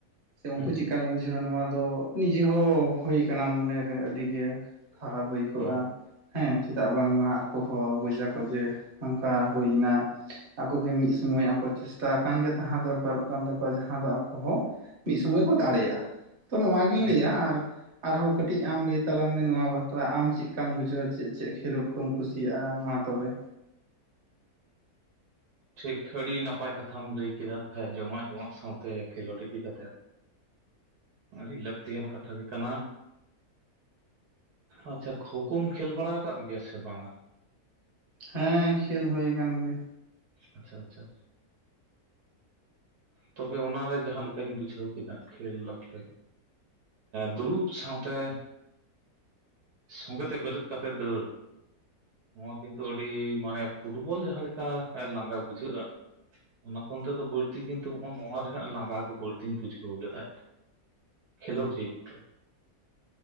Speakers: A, on the right (about 40°); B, on the right (about 85°).
A: ᱥᱮ ᱩᱱᱠᱩ
B: ᱦᱩᱸ
A: ᱪᱮᱫᱠᱟ ᱠᱚ ᱵᱩᱡᱷᱟᱹᱣᱟ ᱱᱚᱣᱟ ᱫᱚ ᱱᱤᱡᱮ ᱦᱚᱸ ᱦᱩᱭ ᱟᱠᱟᱱᱟ ᱢᱚᱱᱮᱨᱮ ᱟᱹᱰᱤᱜᱮ ᱠᱷᱟᱨᱟᱯ ᱟᱹᱭᱠᱟᱹᱜᱼᱟ᱾
B: ᱦᱩᱸ
A: ᱦᱮᱸ ᱪᱮᱫᱟᱜ ᱵᱟᱝᱢᱟ ᱟᱠᱚ ᱦᱚᱸ ᱵᱩᱡᱟᱠᱚ ᱡᱮ ᱱᱚᱱᱠᱟ ᱦᱩᱭᱱᱟ᱾ ᱟᱠᱚᱜᱮ ᱢᱤᱫ ᱥᱚᱢᱚᱭ ᱟᱠᱚ ᱪᱮᱥᱴᱟ ᱟᱠᱟᱱ ᱜᱮ ᱛᱟᱦᱮᱸ ᱫᱚᱨᱠᱟᱨᱚᱜ ᱠᱟᱱ ᱛᱟᱠᱚᱣᱟ, ᱡᱟᱦᱟᱸ ᱫᱚ ᱟᱠᱚ ᱦᱚᱸ ᱢᱤᱫ ᱥᱚᱢᱚᱭ ᱠᱚ ᱫᱟᱲᱮᱭᱟᱜᱼᱟ᱾ ᱛᱚ ᱱᱚᱣᱟᱜᱤᱧ
B: ᱦᱩᱸ
A: ᱞᱟᱹᱭᱟ ᱟᱨ ᱟᱨᱦᱚᱸ ᱠᱟᱹᱴᱤᱡ ᱟᱢ ᱞᱟᱹᱭ ᱛᱟᱞᱟᱝ ᱢᱮ ᱱᱚᱣᱟ ᱵᱟᱠᱷᱨᱟ᱾ ᱟᱢ ᱪᱮᱫ ᱞᱮᱠᱟᱢ ᱵᱩᱡᱷᱟᱹᱣᱟ ᱪᱮᱫ ᱪᱮᱫ ᱠᱷᱮᱞᱳᱰ ᱠᱚᱢ ᱠᱩᱥᱤᱭᱟᱜᱼᱟ? ᱢᱟ ᱛᱚᱵᱮ
B: ᱴᱷᱤᱠ ᱟᱹᱰᱤ ᱱᱟᱯᱟᱭ ᱠᱟᱛᱷᱟᱢ ᱞᱟᱹᱭ ᱠᱮᱫᱟ, ᱦᱮᱸ ᱡᱚᱢᱟᱜ ᱡᱚᱢᱟᱜ ᱥᱟᱶᱛᱮ ᱠᱷᱮᱞᱳᱰ ᱤᱫᱤ ᱠᱟᱛᱮᱜ ᱟᱹᱰᱤ ᱞᱟᱹᱠᱛᱤᱭᱟᱱ ᱠᱟᱛᱷᱟ ᱜᱮ ᱠᱟᱱᱟ᱾ ᱟᱪᱪᱷᱟ ᱠᱷᱳᱠᱷᱳᱢ ᱠᱷᱮᱹᱞ ᱵᱟᱲᱟ ᱟᱠᱟᱫ ᱜᱮᱭᱟ ᱥᱮ ᱵᱟᱝ ᱟ?
A: ᱦᱮᱸ ᱠᱷᱮᱞ ᱦᱩᱭ ᱟᱠᱟᱱ ᱜᱮᱭᱟ
B: ᱟᱪᱪᱷᱟ ᱟᱪᱪᱷᱟ ᱟᱪᱪᱷᱟ ᱛᱚᱵᱮ ᱚᱱᱟᱨᱮ ᱡᱟᱦᱟᱸ ᱞᱮᱠᱟᱧ ᱵᱩᱡᱷᱟᱹᱣ ᱠᱮᱫᱟ ᱠᱷᱮᱹᱞ ᱚᱠᱛᱮ ᱫᱩᱲᱩᱵ ᱥᱟᱶᱛᱮ ᱥᱚᱸᱜᱮ ᱛᱮ ᱵᱮᱨᱮᱫ ᱠᱟᱛᱮᱫ ᱫᱟᱹᱲ ᱱᱚᱣᱟ ᱠᱤᱱᱛᱩ ᱟᱹᱰᱤ ᱢᱟᱱᱮ ᱯᱷᱩᱴᱵᱚᱞ ᱡᱟᱦᱟᱸ ᱞᱮᱠᱟ ᱞᱟᱸᱜᱟ ᱵᱩᱡᱷᱟᱹᱜ-ᱟ ᱚᱱᱟ ᱠᱷᱚᱱ ᱛᱮᱫᱚ ᱵᱟᱹᱲᱛᱤ ᱠᱤᱱᱛᱩ ᱱᱚᱣᱟ ᱨᱮᱭᱟᱜ ᱞᱟᱸᱜᱟ ᱜᱮ ᱵᱟᱹᱲᱛᱤᱧ ᱵᱩᱡᱷᱟᱹᱣ ᱞᱮᱫᱟ ᱤᱧ ᱫᱚ ᱠᱷᱮᱞᱳᱰ ᱡᱤᱭᱚᱱ ᱨᱮ,